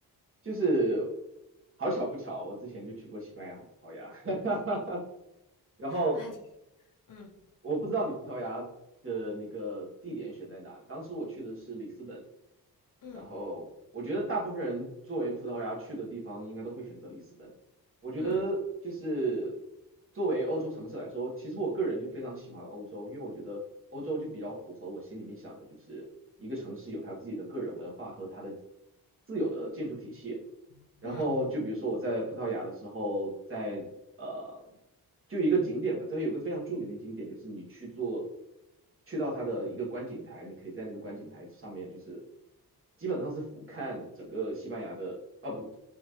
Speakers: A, on the right; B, on the left.
A: 就是好巧不巧，我之前就去过西班牙和葡萄牙，
B: 嗯，
A: <laughs> 然后
B: 那还挺，嗯
A: 我不知道你葡萄牙的那个地点选在哪，当时我去的是里斯本，
B: 嗯
A: 然后我觉得大部分人作为葡萄牙去的地方，应该都会选择里斯本。我觉得就是
B: 嗯
A: 作为欧洲城市来说，其实我个人就非常喜欢欧洲，因为我觉得欧洲就比较符合我心里面想的，就是一个城市有它自己的个人文化和它的自有的建筑体系。
B: 嗯
A: 然后就比如说我在葡萄牙的时候，在呃，就有一个景点吧，这边有个非常著名的景点，就是你去做，去到它的一个观景台，你可以在那个观景台上面，就是基本上是俯瞰整个西班牙的，啊不，